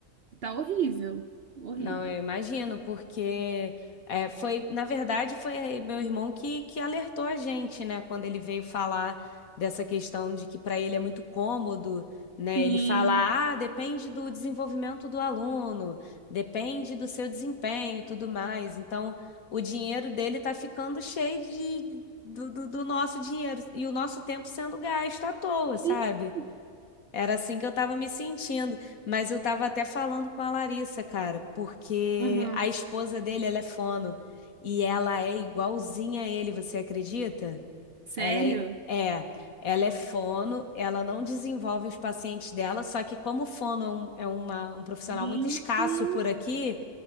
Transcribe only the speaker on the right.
tá horrível. Horrível.
Sim.
Ih,
Aham.
Sério?
Meu
Deus.